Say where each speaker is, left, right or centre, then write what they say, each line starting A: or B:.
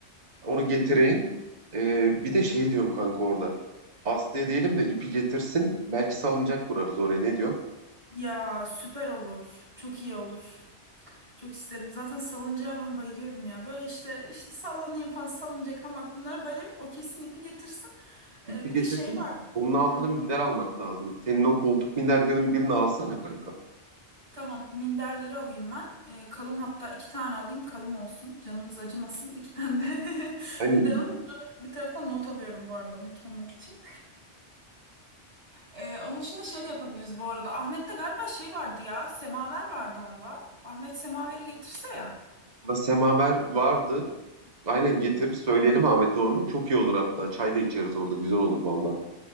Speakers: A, on the right; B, on the right.
A: Onu getireyim.
B: Hı hı.
A: Ee, bir de şey diyorum kanka orada. Aslı'ya diyelim de ipi getirsin. Belki salıncak kurarız oraya. Ne diyor?
B: Ya süper olur. Çok iyi olur. Çok isterim. Zaten salıncağa ben bayılıyorum ya. Böyle işte işte sallanayım falan salıncak hamak bunlara bayılıyorum. O kesin ipi getirsin. E,
A: İpi
B: bir
A: getirsin.
B: de şey var.
A: de Onun altına
B: Hı.
A: minder almak lazım. Senin o koltuk minderlerin birini alsana kanka.
B: Tamam, minderleri alayım ben. Ee, kalın hatta iki tane alayım, kalın olsun. Canımız acımasın. İki tane de <laughs>
A: Hani
B: minder alayım. Bunları bir taraftan not alıyorum bu arada unutmamak için. Ee, onun dışında şey de yapabiliriz bu arada. Ahmet'te galiba şey vardı ya, semaver vardı onda. Ahmet semaveri getirse ya.
A: da semaver vardı. Aynen getirir
B: Hı hı.
A: söyleyelim Ahmet'e onu. Çok iyi olur hatta. Çay da içeriz orada. Güzel olur valla.